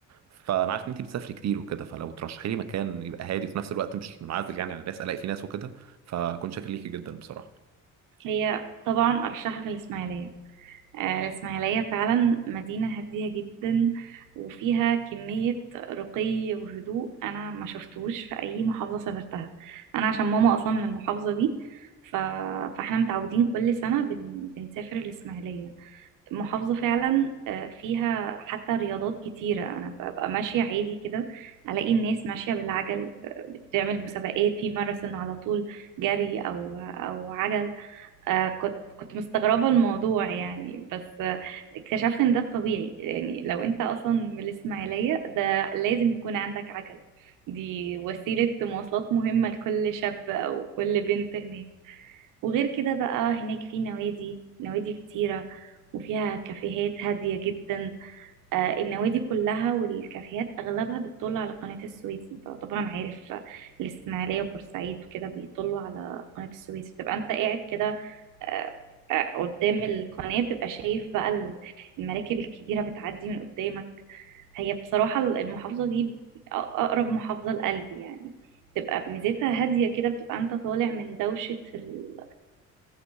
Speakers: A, on the right (about 60°); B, on the right (about 80°).
A: فانا عارف ان انت بتسافري كتير وكده فلو ترشحي لي مكان يبقى هادي وفي نفس الوقت مش منعزل يعني على الناس الاقي فيه ناس وكده فكنت شاكر ليكي جدا بصراحة
B: هي طبعا أرشحك الإسماعيلية آه، الإسماعيلية فعلا مدينة هادية جدا وفيها كمية رقي وهدوء أنا ما شفتوش في أي محافظة سافرتها أنا عشان ماما أصلا من المحافظة دي ف... فاحنا متعودين كل سنة بن... بنسافر الإسماعيلية المحافظة فعلا آه، فيها حتى رياضات كتيرة أنا ببقى ماشية عادي كده ألاقي الناس ماشية بالعجل آه، بتعمل مسابقات في ماراثون على طول جري أو أو عجل آه كنت كنت مستغربة الموضوع يعني بس آه اكتشفت ان ده الطبيعي يعني لو انت اصلا من الاسماعيلية ده لازم يكون عندك عجلة دي وسيلة مواصلات مهمة لكل شاب او كل بنت هناك وغير كده بقى هناك في نوادي نوادي كتيرة وفيها كافيهات هادية جدا آه، النوادي كلها والكافيهات اغلبها بتطل على قناة السويس انت طبعا عارف آه، الاسماعيلية وبورسعيد وكده بيطلوا على قناة السويس بتبقى انت قاعد كده آه، آه، قدام القناة بتبقى شايف بقى ال- المراكب الكبيرة بتعدي من قدامك هي بصراحة المحافظة دي أ- أقرب محافظة لقلبي يعني بتبقى ميزتها هادية كده بتبقى أنت طالع من دوشة ال-